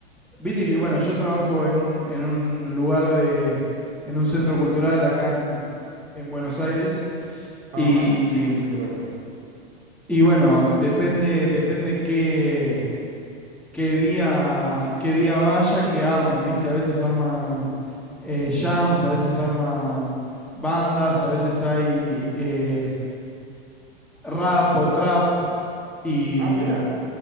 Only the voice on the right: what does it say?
Ajá,
sí, sí recuerdo.
Ah, mira.